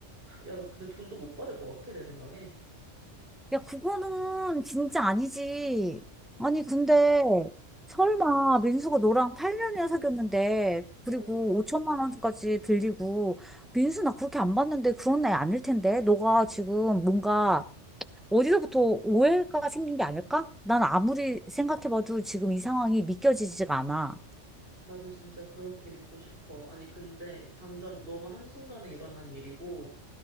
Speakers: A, on the right; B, in the centre.
A: 야 나 근데 돈도 못 받을 것 같아 내 생각에.
B: 야, 그거는 진짜 아니지. 아니, 근데 설마
A: 응,
B: 민수가 너랑 8년이나 사귀었는데, 그리고
A: 응.
B: 5천만 원까지 빌리고, 민수 나 그렇게 안 봤는데 그런 애 아닐 텐데. 너가 지금 뭔가 어디서부터 오해가 생긴 게 아닐까? 난 아무리 생각해봐도 지금 이 상황이 믿겨지지가 않아.
A: 나도 진짜 그렇게 믿고 싶어. 아니, 근데 당장 너무 한순간에 일어난 일이고,